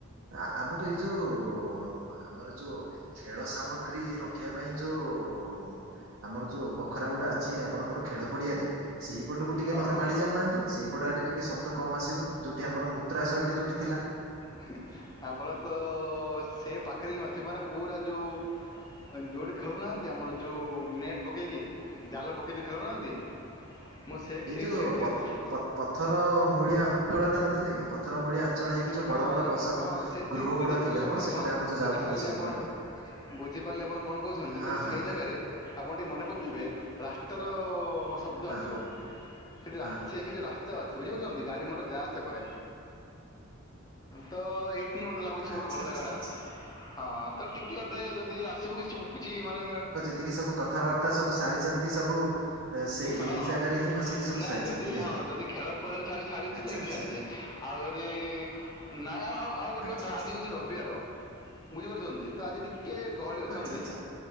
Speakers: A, on the right; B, on the left.
A: ଆ ଆମର ଏଇ ଯୋଉ ଆମର ଯୋଉ ଖେଳ ସାମଗ୍ରୀ ରଖିବା ପାଇଁ ଯୋଉ ଆମର ଯୋଉ ବଖରା ଗୁଡା ଅଛି ଆପଣଙ୍କର ଖେଳ ପଡିଆରେ। ସେଇପଟକୁ ଟିକେ
B: ହଁ
A: ନହରେ
B: ହଁ
A: ମାଡି ଯାଉନାହାନ୍ତି ସେଇପଟ ଆଡେ ଟିକେ ଶବ୍ଦ କମ ଆସିବ ଯୋଉଠି ଆମର ମୂତ୍ରାଶୟଟି ଯୋଉଠି ଥିଲା
B: ହିଁ ଆପଣ ତ ସେ ପାଖରେ ହିଁ ଅଛି ମାନେ ପୁରା ଯୋଉ ଯେଉଁଠି ଖେଳୁନାହାଁନ୍ତି ଆମର ଯୋଉ ନେଟ୍ ପକେଇକି ଜାଲ ପକେଇକି ଯୋଉ ଖେଳୁନାହାଁନ୍ତି। ମୁଁ ସେକ୍
A: ଏଇ
B: ସେଇ
A: ଯୋଉ
B: ସେଠି
A: ପ
B: ଅଛି।
A: ପ ପଥର ମୂଳିଆ ଅଞ୍ଚଳ ଟା ନଥିଲା କି ପଥର ମୂଳିଆ ଅ ଚଳ ହେଇକି ଯୋଉ
B: ହଁ
A: ବଡ ବଡ
B: ନା-
A: ବସ
B: ହଁ ସେଠି
A: ଗୃହ
B: ବୁଝିପାରିଲେ
A: ଗୁଡା ଥିଲେ ଆମ
B: ଆପଣ
A: ସେପଟେ
B: କ'ଣ
A: ଆମେ ଯୋଉ
B: ବୁଝିପାରିଲେ
A: ଯାଉଥିଲେ ସବୁବେଳେ।
B: ଆପଣ ବୁଝିପାରିଲେ ଆପଣ କଣ କହୁଛନ୍ତି
A: ହଁ
B: କିନ୍ତୁ
A: ହଁ
B: ସେଇ
A: ହଁ
B: ଜାଗାରେ ଆପଣ ଟିକେ ମନେ ପକେଇବେ ରାସ୍ତାର ଶବ୍ଦ
A: ହଁ
B: ଆସିବ
A: ହଁ
B: ସେଟି
A: ହଁ
B: ରାଛି ସେଠି ରାସ୍ତା ଅଛି ବୁଝିପାରୁଛନ୍ତି ଗାଡି ମଟର ଯା ଆସେ କରେ। ତ ଏଇଠିି ମତେ ଲାଗୁଛି ସବୁଠୁ
A: ଆଚ୍ଛା
B: ଭଲ
A: ଆଚ୍ଛା
B: ଜାଗା ଟା
A: ଆଚ୍ଛା।
B: ହଁ ତ ଟିକେ ଅଧେ ଯଦି ଆ <unintelligible> କିଛି କିଛି ମାନେ
A: ଏତିକି ସବୁ କଥାବାର୍ତ୍ତା ସବୁ ସାରିଚନ୍ତି ସବୁ। ଏ, ସେ
B: ହଁ
A: ଏହି ଜାଗାରେ ହିଁ ବସିକି ସବୁ
B: ନାଇଁ
A: ସାରିଛନ୍ତି
B: ଯଦି
A: ନାଇଁ
B: ହଁ
A: କି
B: ଯଦି ଖେଳ ପଡିଆଲେ ଛା ଛାରିଚି
A: ଆଚ୍ଛା
B: ତ ଏଇଠି
A: ଆଚ୍ଛା
B: ଛାଡିଚି। ଆଉ ଯଦି ନାଇଁ ଆଉ ଆଉ ଗୋଟେ
A: ଆଚ୍ଛା
B: କଥା
A: ଆଚ୍ଛା।
B: ଆଜି ହଉଛି ରବିବାର। ବୁଝିପାରୁଚନ୍ତି ତ ଆଜି ଟିକେ ଗହଳି ଅଛନ୍ତି।
A: ଆଚ୍ଛା ଆଚ୍ଛା